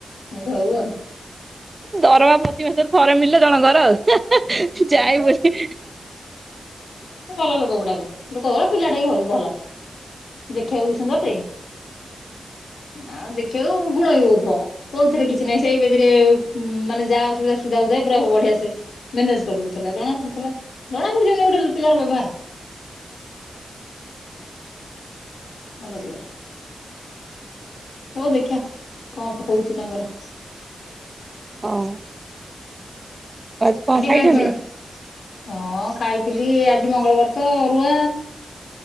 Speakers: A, on the left; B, on the right.
A: ମୁଁ କହିଲି ହଉ ଆଉ ହୁଁ
B: ଦରମା ପ୍ରତିିବେଶରେ ଥରେ ମିଲ ଜଣଙ୍କର ଆଉ। ଯାଇ ବୁଲି
A: ଭଲ ଲୋକ ଗୁଡ଼ାକ। ଲୋକ ଭଲ ପିଲାଟା ବି ଭଲ ଦେଖିବାକୁ ବି ସୁନ୍ଦର ଟେ। ଆ ଦେଖି ଉ ଗୁଣ ବି ବହୁତ ଭଲ କୋଉଥିରେ କିଛି ନାହିଁ ସେଇବେଦି ରେ ମାନେ ଯାହା ଅସୁବିଧା ସୁବିଧା ହଉଥାଏ ପୁରା ବଢିଆ ସେ ମେନେଜ କରିଦଉଥିଲା ଜଣା ପଡୁଥିଲା। ଯଣା ପଡ଼ିଯିବନି ଗୋଟେ ଲୋ ପିଲାର ବେଭାର। ଭଲ ପିଲା ଟେ। ହଉ ଦେଖିବା କଣ ହଉଛି ତାଙ୍କର।
B: ହଁ। ଆଜି କଣ
A: ଆ ଡିମାଟ୍
B: ଖାଇଛନ୍ତି?
A: ଫିମା ହଁ ଖାଇଥିଲି ଆ ମଙ୍ଗଳବାର ତ ଅରୁଆ